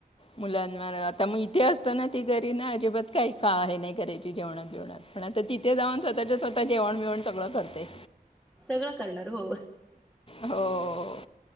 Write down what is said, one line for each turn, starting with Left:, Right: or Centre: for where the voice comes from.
Left: मुलांवर आत्ता मग इथे असताना ती घरी ना अजिबात काही का हे नाही करायची जेवणात बिवनात तर तिथे जाऊन स्वतःच स्वतः जेवण बिवण सगळं करते
Centre: सगळं करणार हो
Left: हो